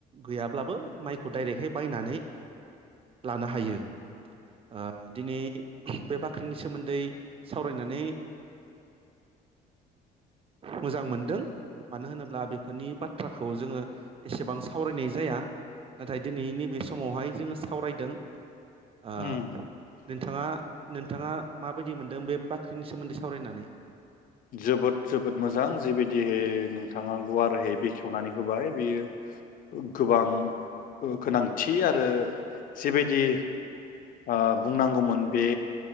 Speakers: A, on the right; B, on the left.
A: गैयाब्लाबो माइखौ डाइरेक्टहाय बायनानै लानो हायो ओ दिनै बे बाख्रिनि सोमोन्दै सावरायनानै मोजां मोनदों मानो होनोब्ला बेफोरनि बाथ्राखौ जोङो एसेबां सावरायनाय जाया नाथाय दिनै नैबे समावहाय जोङो सावरायदों ओ
B: उम
A: नोंथाङा नोंथाङा माबायदि मोनदों बे बा ख्रिनि सोमोन्दै सावरायनानै
B: जोबोद जोबोद मोजां जेबायदिहै नोंथाङा गुवारैहै बेखेवनानै होबाय बेयो गोबां गोनांथि आरो जेबायदि ओ बुंनांगौमोन बे